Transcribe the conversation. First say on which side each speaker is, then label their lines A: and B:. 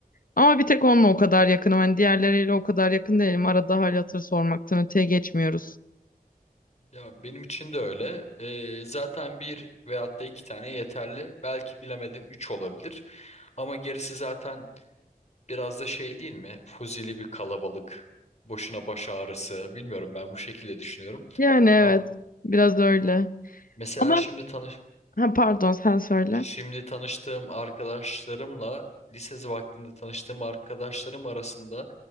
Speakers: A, on the left; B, on the left.
A: Ama bir tek onunla o kadar yakınım. Hani diğerleriyle o kadar yakın değilim. Arada hal hatır sormaktan öteye geçmiyoruz.
B: Ya benim için de öyle. Ee, zaten bir veyahut da iki tane yeterli. Belki bilemedin üç olabilir. Ama gerisi zaten biraz da şey değil mi? Fuzili bir kalabalık. Boşuna baş ağrısı. Bilmiyorum ben bu şekilde düşünüyorum.
A: Yani evet.
B: Ama
A: Biraz öyle.
B: mesela
A: Ama
B: şimdi tanı
A: ha, pardon sen söyle.
B: Şimdi tanıştığım arkadaşlarımla lise vaktinde tanıştığım arkadaşlarım arasında